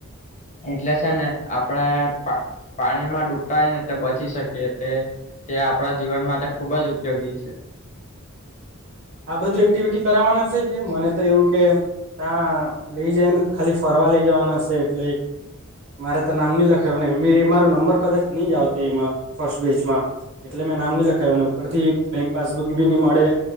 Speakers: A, on the left; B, on the right.
A: એટલે છે ને આપણે પા પાણી માં ડૂબતા હોય ને તે બચી શકીએ તે તે આપણા જીવન માટે ખુબ જ ઉપયોગી છે.
B: આ બધું એક્ટિવિટી કરાવવાના છે કે મને તો એવું કે એમ ના લઈ જાય ન ખાલી ફરવા લઈ જવાના હશે એટલે મારે તો નામ નહી લખે ને મે મારો નંબર કદાચ નહી જ આવતો એમાં ફર્સ્ટ બેચમાં એટલે મેં નામ નહી લખાય્યુંને ઉપર થી બેંક પાસબુક ભી નહી મળે.